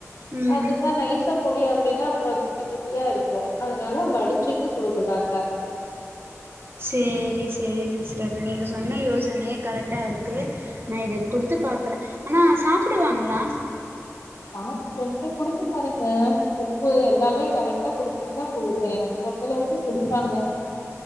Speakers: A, on the right (about 45°); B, on the left (about 85°).
A: ம்
B: அதுதா நைசா பொடி ஆகலைன்னா அப்றோ திப்பி திப்பியா இருக்கு அதனால வடிச்சிட்டு குடுக்கலாங்க
A: சேரி சேரி சிஸ்டர் நீங்க சொன்ன யோசனையே கரெக்டாருக்கு நா இத குடுத்து பாக்குறே ஆனா சாப்டுவாங்களா
B: சாப் கொஞ்சோ குடுத்து பாருங்க உப்பு எல்லாமே கரெக்டா குடுத்தீங்கன்னா <unintelligible> பொறுத்தளவுக்கு குடிப்பாங்க